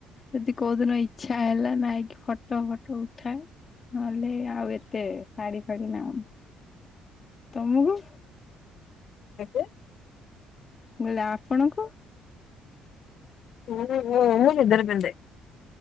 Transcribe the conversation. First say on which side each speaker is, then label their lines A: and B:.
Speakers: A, on the left (about 40°); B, on the left (about 60°).
A: ଯଦି କୋଉ ଦିନ ଇଛା ହେଲା ନଇକି ଫଟୋ ଫଟୋ ଉଠାଏ। ନଲେ ଆଉ ଏତେ ଶାଢୀ ଫାଡି ନାଉ ତମକୁ?
B: ଆଜ୍ଞା?
A: ମୁକଲି ଆପଣଙ୍କୁ?
B: ହୁଁ <unintelligible> ପିନ୍ଧେ।